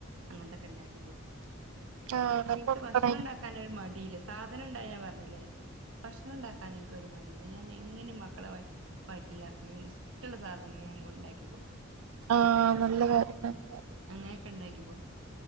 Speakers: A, on the right (about 65°); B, on the right (about 90°).
A: അങ്ങനത്തൊക്കെ ഇണ്ടാക്കി കൊടുക്കും.
B: ആഹ് അങ്ങനെ
A: പക്ഷെ ഇൻക്ക്
B: കൊടുക്കണേ
A: ഭക്ഷണം ഇണ്ടാക്കാനൊരു മടീല്ല സാധനം ഇണ്ടായ ഞാൻ പറഞ്ഞില്ലേ. ഭക്ഷണം ണ്ടാക്കാൻ എനിക്കൊരു മടിയില്ല ഞാൻ എങ്ങനെയും മക്കളെ വയ വയറ്റിലാക്കും ഇഷ്ടള്ള സാധനം ഞാൻ ഉണ്ടാക്കി കൊടുക്കും.
B: ആഹ് നല്ല കാര്യം നല്ല കാര്യം.
A: അങ്ങനെയൊക്കെ ണ്ടാക്കി കൊടുക്കും